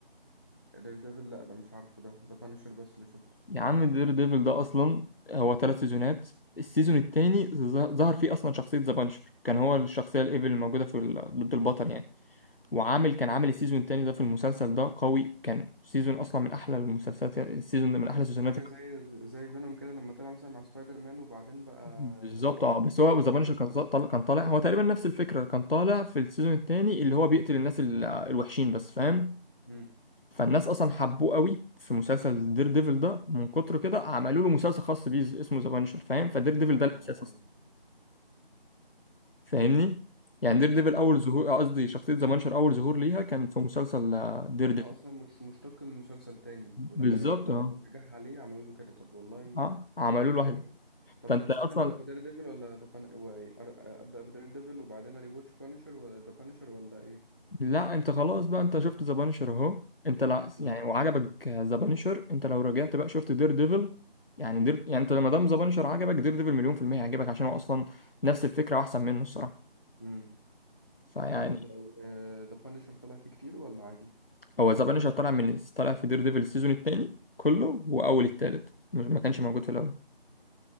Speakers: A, on the left; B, on the left.
A: دير ديفل لا ده مش عارفه ده ده بانشر بس اللي شفته
B: يا عم دير ديفل ده اصلا هو ثلاث سيزونات السيزون الثاني ظهر فيه اصلا شخصيه ذا بانشر كان هو الشخصيه الايفل الموجوده في ال- ضد البطل يعني وعامل كان عامل السيزون الثاني ده في المسلسل ده قوي كان سيزون اصلا من احلى المسلسلات السيزون ده من احلى السيزونات
A: حاجة زي زي فينوم كده لما طلع مثلا مع سبايدر مان وبعدين بقى
B: بالظبط
A: لوحده
B: اه بس هو زبانشر
A: امم
B: كان طالع كان طالع هو تقريبا نفس الفكره كان طالع في السيزون الثاني اللي هو بيقتل الناس ال- الوحشين بس فاهم
A: امم
B: فالناس اصلا حبوه قوي في مسلسل دير ديفل ده من كتر كده عملوا له مسلسل خاص بيه ز- اسمه زبانشر فاهم فدير ديفل
A: اه
B: ده الاساس اصلا
A: ايوه
B: فاهمني يعني دير ديفل اول
A: يعني
B: ظهور آه، قصدي شخصيه زبانشر اول ظهور ليها كان في مسلسل آه، دير
A: يعني
B: ديفل
A: هو اصلا مش مشتق من مسلسل تاني ولما
B: بالظبط
A: لقوا
B: اه
A: نجاح عليه عملوا له كده طب والله
B: اه عملوا له واحد
A: جامد طب
B: فانت
A: تنصحني
B: اصلا
A: ابدا بدير ديفل ولا ذا بان واي- أر- ابدا بدير ديفل وبعدين اري واتش بانشر ولا ذا بانشر ولا ايه
B: لا انت خلاص بقى انت شفت ذا بانشر اهو انت لا
A: امم
B: يعني وعجبك ذا بانشر انت لو رجعت بقى شفت دير ديفل يعني دير يعني انت لما دام ذا بانشر عجبك دير ديفل مليون في المية هيعجبك عشان هو اصلا نفس الفكرة واحسن منه الصراحة
A: امم
B: فيعني
A: وذا بانشر طلع فيه كتير ولا عادي
B: هو ذا بانشر طالع من طالع في دير ديفل السيزون التاني كله واول التالت مش ما كانش موجود في الاول